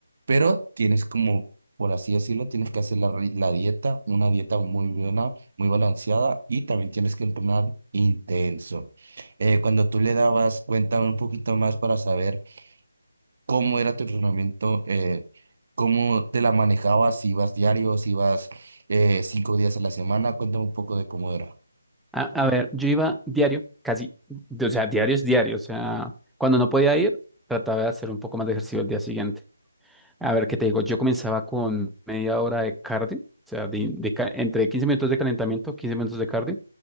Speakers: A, on the right; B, in the centre.
A: pero tienes como, por así decirlo, tienes que hacer la, ri- la dieta, una dieta muy buena, muy balanceada y también tienes que entrenar intenso. Eh, cuando tú le dabas, cuéntame un poquito más para saber cómo era tu entrenamiento, eh, cómo te la manejabas, si ibas diario, si ibas eh, cinco días a la semana. Cuéntame un poco de cómo era.
B: A, a ver, yo iba diario, casi, o sea, diario es diario, o sea, cuando no podía ir, trataba de hacer un poco más de ejercicio el día siguiente. A ver, ¿qué te digo? Yo comenzaba con media hora de cardio, o sea, de, de ca- entre 15 minutos de calentamiento, 15 minutos de cardio,